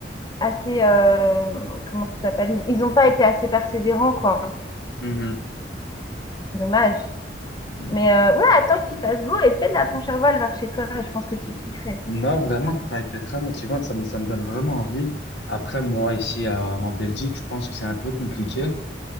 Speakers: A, on the left; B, on the left.
A: assez euh, comment ça s'appelle ils ils ont pas été assez persévérants quoi
B: Mhm.
A: dommage
B: Mm.
A: Mais euh, ouais, attends qu'il fasse beau et fais de la planche à voile vers chez toi. Je pense que tu kifferais.
B: Non, vraiment, t'as été très motivante. Ça me, ça me donne vraiment envie. Après, moi, ici, à- en Belgique, je pense que c'est un peu compliqué.